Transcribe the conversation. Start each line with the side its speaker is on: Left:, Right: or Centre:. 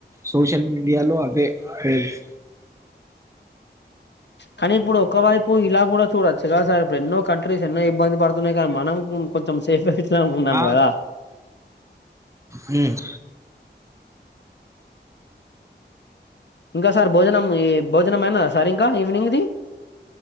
Right: సోషల్ మీడియాలో అవే టెల్స్
Left: కానీ ఇప్పుడు ఒక వైపు ఇలా నువ్ కూడా చూడచ్చు కా సార్ ఇప్పుడు ఎన్నో కంట్రీస్ ఎన్నో ఇబ్బంది పడుతున్నాయి కానీ మనం నం కొంచం సేఫట్లా ఉన్నాం
Right: ఆ!
Left: కదా
Right: హ్మ్
Left: ఇంకా సార్ భోజనం భోజనంమయినా దా సార్ ఇంకా ఈవినింగ్దిి